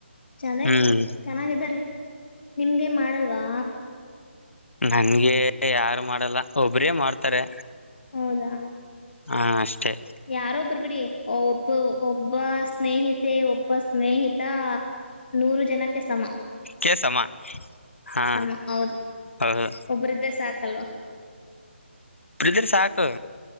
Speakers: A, on the left; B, on the left.
A: ಚೆನೆ
B: ಹ್ಮ್
A: ಚೆನಾಗಿದ್ದರೆ ನಿಮ್ಮ್ಗೆಗೆ ಮಾಡಲ್ವಾ
B: ನನ್ಗೆ ಯಾರು ಮಾಡಲ್ಲ ಒಬ್ರೇ ಮಾಡ್ತಾರೆ
A: ಹೌದಾ
B: ಹ ಅಷ್ಟೇ
A: ಯಾರೊಬ್ಬರ್ ಬಿಡಿ ಒಬ್ಬ ಒಬ್ಬ... ಸ್ನೇಹಿತೆ ಒಬ್ಬ ಸ್ನೇಹಿತ ನೂರು ಜನಕ್ಕೆ ಸಮ
B: ಕೇಸಮ್ಮ ಹಾ
A: ಸಮ ಹೌದು
B: ಹೌದು
A: ಒಬ್ರಿದೆ ಸಾಕಲ್ವಾ
B: ಇಬ್ಬರು ಇದ್ರೆ ಸಾಕ್